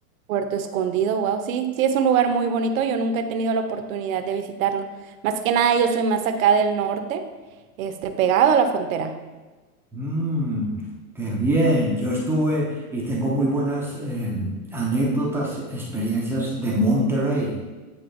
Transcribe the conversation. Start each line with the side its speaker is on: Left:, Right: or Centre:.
Right: Puerto Escondido, wow, sí, sí es un lugar muy bonito. Yo nunca he tenido la oportunidad de visitarlo. Más que nada, yo soy más acá del norte, este, pegado a la frontera.
Centre: Mm, qué bien. Yo estuve y tengo muy buenas eh, anécdotas, experiencias de Monterrey.